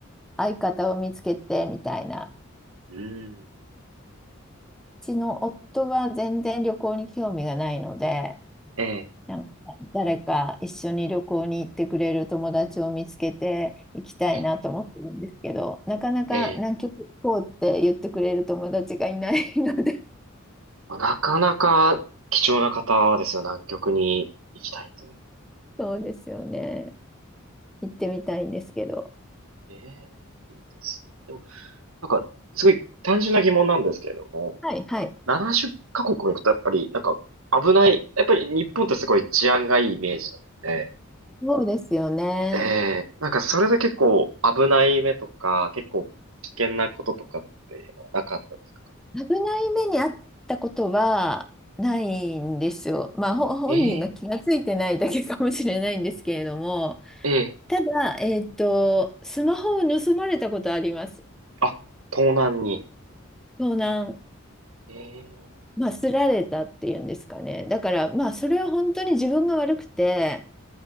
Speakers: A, in the centre; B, on the right (about 85°).
A: 相方を見つけてみたいな
B: うん、
A: ちの夫が全然旅行に興味がないので、
B: ええ、
A: なんか誰か一緒に旅行に行ってくれる友達を見つけて行きたいなと思ってるんですけど、
B: ええ、
A: なかなか南極行こうって言ってくれる友達がいないので、
B: ええまあ、なかなか貴重な方はですよ、南極に行きたいという。
A: <laughs> そうですよね。行ってみたいんですけど。
B: ええ、いいですでも、なんか、すごい単純な疑問なんですけれども、
A: はいはい。
B: 70カ国も行くとやっぱり、なんか、危ない、やっぱり日本ってすごい治安がいいイメージなので、
A: そうですよね。
B: ええなんかそれで結構危ない目とか、結構危険なこととかっていうのはなかったですか
A: 危ない目にあったことはないんですよ。まあ、ほ本人が気がついてないだけかもしれないんですけれども。
B: ええええ
A: ただ、えーっと、スマホを盗まれたことあります。
B: あ、盗難に。
A: 盗難、
B: ええ
A: まあ、すられたっていうんですかね。だから、まあ、それは本当に自分が悪くて、